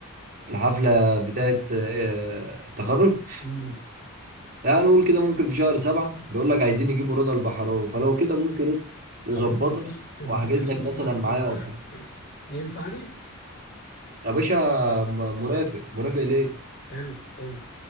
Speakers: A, on the right (about 40°); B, on the left (about 50°).
A: الحفلة بتاعت آه، التخرج
B: مم.
A: يعني نقول كده ممكن في شهر سبعة بيقول لك عايزين يجيبوا رضا البحراوي فلو كده ممكن ايه نظبطها
B: طب <laughs> حلو، مفيش مفيش
A: وأحجز
B: عصام
A: لك
B: في
A: مثلا
B: مصر
A: معايا
B: ولا حاجة؟
A: أو حاجة
B: ينفع اجي؟
A: يا باشا م- مرافق مرافق ليه؟
B: حلو حلو